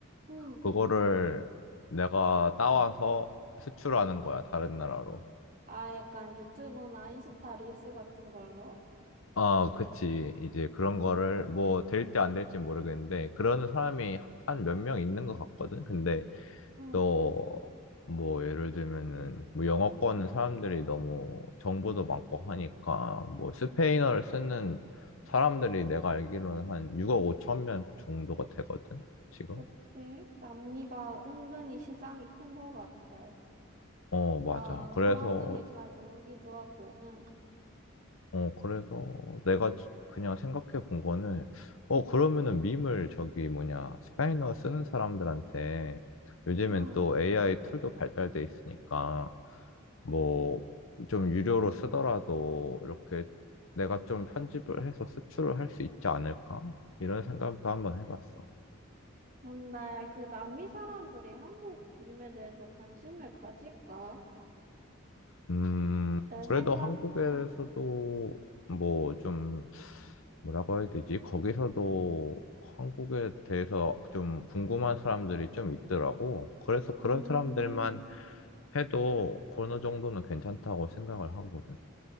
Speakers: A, on the right (about 40°); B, on the left (about 80°).
A: 응.
B: 그거를 내가 따와서 수출하는 거야, 다른 나라로.
A: 아, 약간 유튜브나 인스타 릴스 같은 걸로?
B: 아, 그치. 이제 그런 거를 뭐, 될지 안 될지 모르겠는데, 그런 사람이 한 몇 명 있는 것 같거든? 근데
A: 응,
B: 또 뭐 예를 들면은 뭐 영어권 사람들이 너무 정보도 많고 하니까 뭐 스페인어를 쓰는 사람들이 내가 알기로는 한 6억 5천 명 정도가 되거든 지금
A: 그치. 남미가 은근히 시장이 큰 거 같아.
B: 어
A: 약간
B: 맞아 그래서
A: 사람들이 잘 모르기도 하고, 응,
B: 어 그래서 내가 지- 그냥 생각해 본 거는 어 그러면은 밈을 저기 뭐냐 스페인어 쓰는 사람들한테 요즘엔
A: 응.
B: 또 AI 툴도 발달돼 있으니까 뭐 좀 유료로 쓰더라도 이렇게 내가 좀 편집을 해서 수출을 할 수 있지 않을까? 이런 생각도 한번 해봤어.
A: 근데 그 남미 사람들이 한국 밈에 대해서 관심을 가질까?
B: 음,
A: 내
B: 그래도
A: 생각엔,
B: 한국에서도 뭐 좀 뭐라고 해야 되지? 거기서도 한국에 대해서 좀 궁금한 사람들이 좀 있더라고. 그래서 그런
A: 음,
B: 사람들만 해도 어느 정도는 괜찮다고 생각을 하거든.